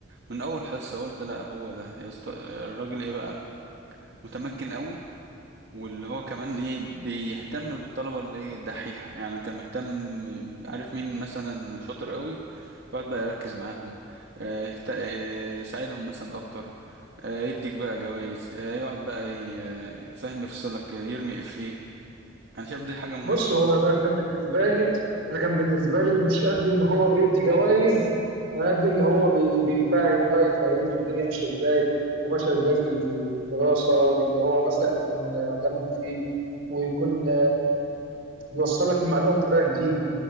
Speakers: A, on the right; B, on the right.
A: من اول حصه قلت لا هو ده يا اسطى الراجل ايه بقى متمكن قوي واللي هو كمان ايه بيهتم بالطلبه اللي ايه الدحيحه يعني كان بيهتم عارف مين مثلا شاطر قوي يقعد بقى يركز معاهم آه، يهت... آه، يساعدهم مثلا اكتر آه، يديك بقى جوائز آه، يقعد بقى ي... آه، فاهم يفصلك آه، يرمي افيه انا شايف دي حاجه مهمه
B: بص هو ده كان بالنسبه لي انا كان بالنسبه لي مش قد ان هو بيدي جوائز انا قد ان هو بي... بيفهم بقى يفهمني الدنيا ماشيه ازاي وماشيه ازاي في في الدراسه وان هو مثلا يكون دمه خفيف ويكون بيوصل لك المعلومه بطريقه جديده